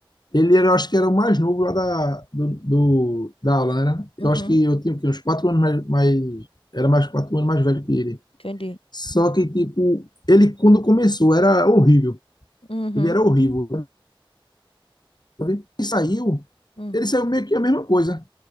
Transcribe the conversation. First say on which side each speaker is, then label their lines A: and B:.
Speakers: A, on the left; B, on the left.
A: Ele era, eu acho que era o mais novo lá da, do, do- da aula, né? né? Eu
B: Uhum,
A: acho que eu tinha o quê? uns quatro anos mais, mais- Era mais quatro anos mais velho que ele.
B: entendi.
A: Só que, tipo, ele quando começou era horrível.
B: Uhum,
A: Ele era horrível. sabe? Ele saiu,
B: hum.
A: ele saiu meio que a mesma coisa.